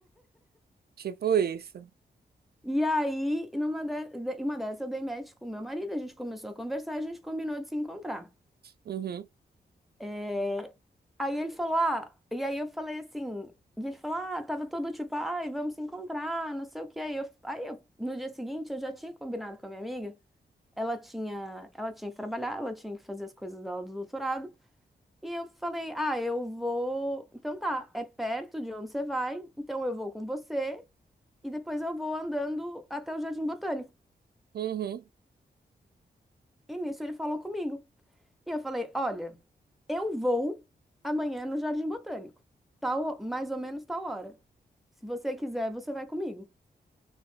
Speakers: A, on the right; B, in the centre.
A: Tipo isso.
B: E aí, numa de... de- em uma dessas, eu dei match com o meu marido, a gente começou a conversar e a gente combinou de se encontrar.
A: Uhum,
B: É, Aí ele falou, ah, e aí eu falei assim, e ele falou, ah, tava todo tipo, ai, vamos se encontrar, não sei o que. Aí eu, aí eu, no dia seguinte, eu já tinha combinado com a minha amiga, ela tinha, ela tinha que trabalhar, ela tinha que fazer as coisas dela do doutorado, e eu falei, ah, eu vou, então tá, é perto de onde você vai, então eu vou com você, e depois eu vou andando até o Jardim Botânico.
A: uhum,
B: E nisso ele falou comigo. E eu falei: olha, eu vou amanhã no Jardim Botânico, tal, mais ou menos tal hora. Se você quiser, você vai comigo.